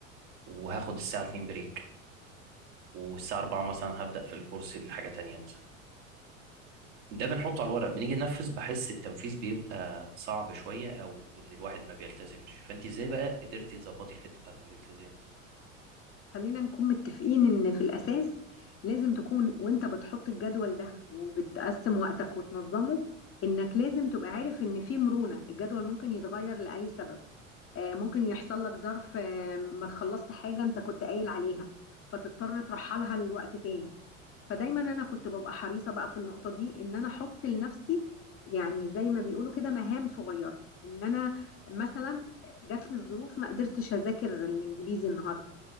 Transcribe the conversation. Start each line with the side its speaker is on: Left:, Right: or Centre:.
Right: وهاخد الساعة 2 بريك والساعة 4 مثلا هبدأ في الكورس الحاجة تانية مثلا ده بنحطه على الورق بنيجي ننفذ بحس التنفيذ بيبقى صعب شوية او ان الواحد ما بيلتزمش فانت ازاي بقى قدرتي تظبطي الحتة بتاعت الالتزام دي
Left: خلينا نكون متفقين ان في الاساس لازم تكون وانت بتحط الجدول ده وبتقسم وقتك وتنظمه انك لازم تبقى عارف ان في مرونه الجدول ممكن يتغير لاي سبب آه، ممكن يحصل لك ظرف آه، ما تخلصت حاجة انت كنت قايل عليها فتضطر ترحلها لوقت تاني فدايما انا كنت ببقى حريصة بقى في النقطة دي ان انا احط لنفسي يعني زي ما بيقولوا كده مهام صغيرة ان انا مثلا جات لي الظروف ما قدرتش اذاكر الانجليزي النهارده